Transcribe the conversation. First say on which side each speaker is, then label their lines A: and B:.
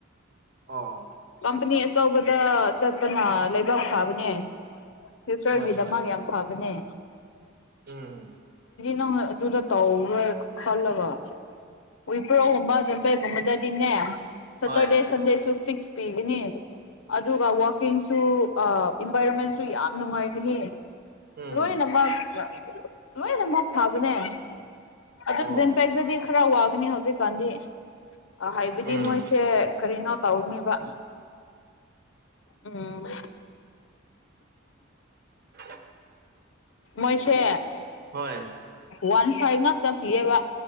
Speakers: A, on the right (about 50°); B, on the left (about 75°).
A: ꯑꯣ
B: ꯀꯝꯄꯅꯤ ꯑꯆꯧꯕꯗ ꯆꯠꯄꯅ ꯂꯩꯕꯥꯛ ꯐꯥꯕꯅꯦ ꯐ꯭ꯌꯨꯆꯔꯒꯤꯗꯃꯛ
A: ꯍꯣꯏ ꯍꯣꯏ
B: ꯌꯥꯝ ꯐꯕꯅꯦ
A: ꯎꯝ
B: ꯅꯪ ꯑꯗꯨꯗ ꯇꯧ꯭ꯔꯣꯏ ꯈꯜꯂꯒ ꯋꯤꯄ꯭ꯔꯣꯒꯨꯝꯕ ꯖꯝꯄꯩꯒꯨꯝꯕꯗꯗꯤꯅꯦ ꯁꯇꯔꯗꯦ
A: ꯍꯣꯏ
B: ꯁꯟꯗꯦꯁꯨ ꯐꯤꯛꯁ ꯄꯤꯒꯅꯦ ꯑꯗꯨꯒ ꯋꯥꯛꯀꯤꯡꯁꯨ ꯏꯟꯚꯥꯏꯔꯣꯟꯃꯦꯟꯁꯨ ꯌꯥꯝ ꯅꯨꯡꯉꯥꯏꯒꯅꯤ
A: ꯎꯝ
B: ꯂꯣꯏꯅꯃꯛ ꯂꯣꯏꯅꯃꯛ ꯐꯥꯕꯅꯦ ꯑꯗꯨꯝ
A: ꯑꯣ
B: ꯖꯦꯟꯄꯦꯛꯇꯗꯤ ꯈꯔ ꯋꯥꯒꯅꯤ ꯍꯧꯖꯤꯛꯀꯥꯟꯗꯤ ꯑ ꯍꯥꯏꯕꯗꯤ
A: ꯎꯝ
B: ꯃꯣꯏꯁꯦ ꯀꯔꯤꯅꯣ ꯇꯧꯅꯦꯕ ꯎꯝ
A: <inaudible>
B: ꯃꯣꯏꯁꯦ
A: ꯍꯣꯏ
B: ꯋꯥꯟ ꯐꯥꯏ ꯅꯠꯇꯅ ꯄꯤꯌꯦꯕ